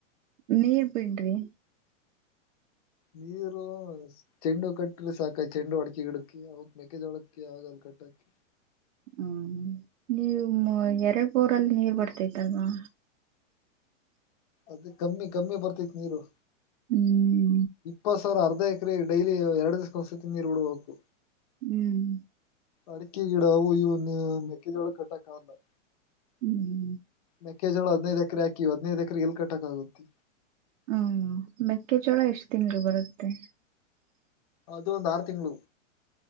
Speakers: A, on the right (about 75°); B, on the left (about 30°).
A: ನೀರ್ ಬಿಡ್ರಿ,
B: ನೀರು ಚೆಂಡುವು ಕಟ್ರಿ ಸಾಕ ಚೆಂಡು ಅಡಕ್ಕಿ ಗಿಡಕ್ಕೆ ಅವಕ್ ಮೇಕಜೋಳಕ್ಕೆ ಆಗಲ್, <inaudible>
A: <inaudible> ಹ್ಮ ನೀವು ಎರಡ್ ಬೋರಲ್ಲಿ ನೀರ್ ಬರ್ತೈತಲ್ವಾ,
B: ಅದ ಕಮ್ಮಿ ಕಮ್ಮಿ ಬರ್ತೇತಿ ನೀರು.
A: ಹ್ಮ್,
B: ಇಪ್ಪತ್ ಸಾವಿರ ಅರ್ಧ ಎಕ್ರ ಡೈಲಿ ಎರಡು ದಸತಿ ನೀರ ಬಿಡ್ಬೇಕು.
A: ಹ್ಮ್
B: ಅಡಿಕೆ ಗಿಡ ಅವು ಇವನ್ ಮೆಕ್ಕೆಜೋಳ ಕಟ್ಟಕ ಆಲ್,
A: ಹ್ಮ್
B: ಮೇಕೇಜೋಳ ಹದ್ನೈದು ಎಕರೆ ಹಾಕಿವಿ ಹದಿನೈದು ಎಕರೆ ಎಲ್ ಕಟ್ಟಕ ಆಗುತ್ತೆ.
A: ಹ್ಮ ಮೆಕ್ಕೆಚೋಳ ಎಷ್ಟು ತಿನ್ಗಳು ಬರುತ್ತೆ,
B: ಅದು ಒಂದು ಆರು ತಿಂಗಳು,